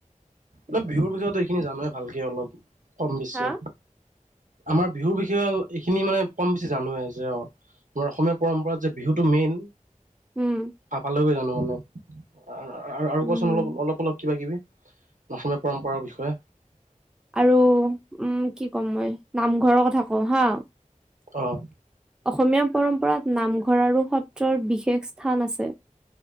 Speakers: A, on the right; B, in the centre.
A: ন' বিহুৰ পিছত এইখিনি জানাই ভালকে অলপ, কম বেছি
B: হা?
A: আমাৰ বিহুৰ বিষয়ে এইখিনি মানে কম বেছি জানোৱেই যে অ'। অসমীয়া পৰম্পৰাত যে বিহুটো মেইন।
B: উম',।
A: ভ' পালৈ গৈ জানো মানে, আৰু
B: উম।
A: কোৱাচোন অলপ অলপ অলপ কিবা কিবি? অসমমীয়া পৰম্পাৰ বিষয়ে
B: আৰু উম' কি কম মই নামঘৰৰ কথা কওঁ হা।
A: অ',।
B: অসমীয়া পৰম্পৰাত নামঘৰ আৰু সত্ৰৰ বিশেষ স্থান আছে।